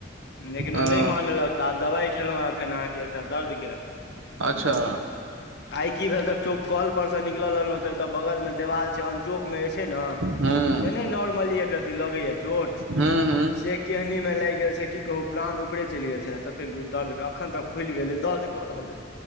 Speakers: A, on the left (about 60°); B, on the right (about 85°).
A: लेकिन
B: अ
A: ओ नहि मानलक तऽ आब दबाइ खेलहुँ एखन अहाँकेँ एकटा दर्दके।
B: अच्छा।
A: आइ की भेल त चौ कल पर से निकल रहलूँ ते एतऽ बगल मे देवाल छै चौक मे जे छै ने
B: हूं
A: से नहि नॉर्मली एक रती लगे या चोट।
B: हँ हँ।
A: से केहनी मे लागि गेल से की कहू। प्राण ऊपरे चलि गेल छलै ततेक दर्द, अखन तक फुलि गेलै दर्द कऽ रहलै।